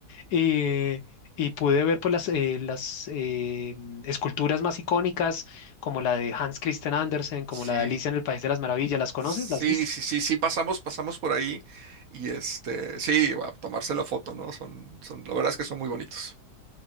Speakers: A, on the left (about 70°); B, on the right (about 60°).
A: eh, y pude ver pues, las, eh, las eh, esculturas más icónicas, como la de Hans Christian Andersen, como
B: Sí.
A: la de Alicia en el País de las Maravillas. ¿Las conoces?
B: Sí,
A: ¿Las viste?
B: sí, sí, sí, pasamos, pasamos por ahí y este, sí, a tomarse la foto, ¿no? Son, son, la verdad es que son muy bonitos.